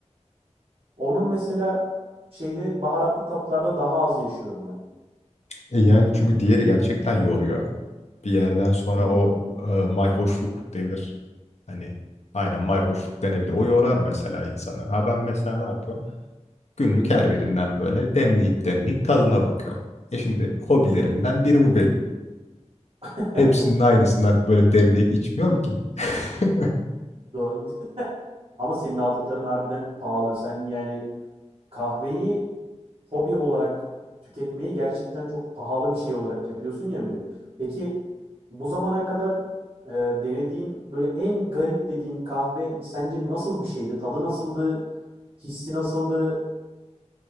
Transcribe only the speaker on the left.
E yani çünkü diğeri gerçekten yoruyor. Bir yerden sonra
o e, mayhoşluk denir. Hani aynen mayhoşluk denebilir. O yorar mesela insanı. Ha ben mesela ne yapıyorum? Günlük her birinden böyle demleyip demleyip tadına bakıyorum. E şimdi hobilerimden
biri bu benim.
Hepsinin aynısından böyle demleyip içmiyorum ki. <laughs>